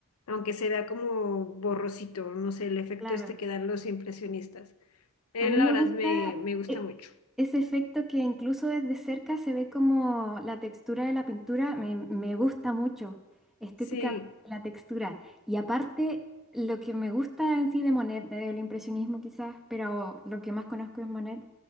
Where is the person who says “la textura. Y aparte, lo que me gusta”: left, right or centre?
Centre